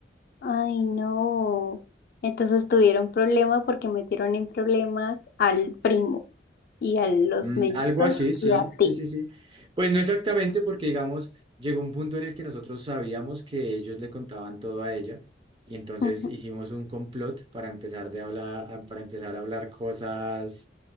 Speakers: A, on the left; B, on the right.
A: Ay, no. Entonces tuvieron problema porque metieron en problemas al primo y a los
B: Mm,
A: mellizos
B: algo así, sí,
A: y a
B: sí,
A: ti.
B: sí, sí. Pues no exactamente porque, digamos, llegó un punto en el que nosotros sabíamos que ellos le contaban todo a ella y entonces
A: Ujú.
B: hicimos un complot para empezar de hablar, a- para empezar a hablar cosas